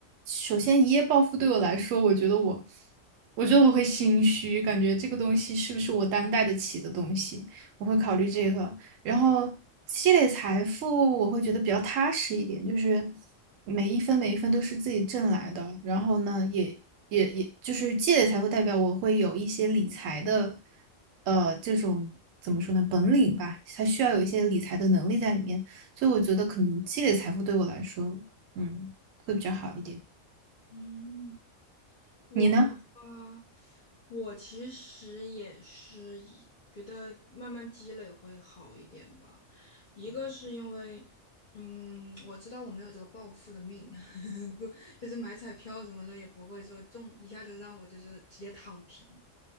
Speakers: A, on the right; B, on the left.
A: 首先一夜暴富对我来说，我觉得我我觉得我会心虚，感觉这个东西是不是我担待得起的东西，我会考虑这个。然后积累财富，我会觉得比较踏实一点，就是每一分每一分都是自己挣来的。然后呢，也也也就是积累财富，代表我会有一些理财的，呃，这种怎么说呢，本领吧，它需要有一些理财的能力在里面。所以我觉得可能积累财富对我来说，嗯，会比较好一点。
B: 嗯。我的话，
A: 你呢？
B: 我其实也是以觉得慢慢积累会好一点吧。一个是因为，嗯，我知道我没有这个暴富的命，<laughs> 不，就是买彩票什么的也不会说中一下就让我就是直接躺平。